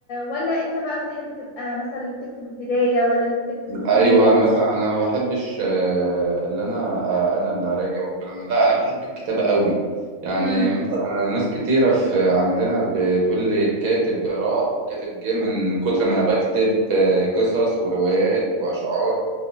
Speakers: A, on the left (about 75°); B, on the right (about 85°).
A: ولا انت بقى بتحب تبقى مثلا اللي بتكتب البداية ولا اللي بتكتب النهاية
B: ايوه مثلا انا ما بحبش آه، اللي انا آه، انا اللي راجع والكلام من- لا انا بحب الكتابه قوي يعني
A: امم
B: مثلا أنا ناس كتيره في عندنا بتقول لي الكاتب راح والكاتب جه من كتر ما انا بكتب آه، قصص وروايات واشعار